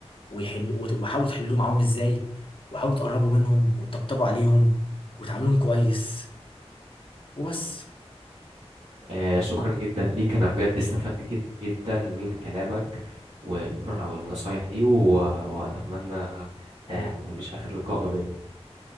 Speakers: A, on the left; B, on the right.
A: ويحلوا وت- وحاولوا تحلوه معاهم ازاي وحاولوا تقربوا منهم وتطبطبوا عليهم وتعاملوهم كويس وبس
B: آه، شكرا جدا ليك أنا بجد استفدت كد- جدا من كلامك وشكرا على النصايح دي و- وأتمنى آه،
A: آه.
B: يكون مش آخر لقاء ما بيننا